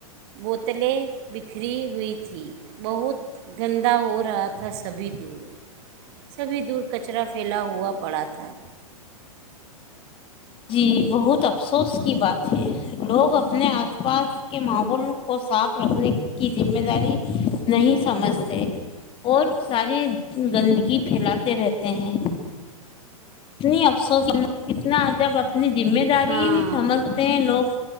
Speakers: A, on the right (about 50°); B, on the left (about 30°).
A: بوتلیں بکھری ہوئی تھی بہت گندا ہو رہا تھا سبھی دور سبھی دور کچرا پھیلا ہوا پڑا تھا
B: جی بہت افسوس کی بات ہے لوگ اپنے آس پاس کے ماحول کو ساتھ رکھنے کی ذمہ داری نہیں سمجھتے اور ساریے گندگی پھیلاتے رہتے ہیں اتنی افسوس اتنا ع جب جمہ داری
A: ہاں
B: نہیں سمجھتے ہیں لوگ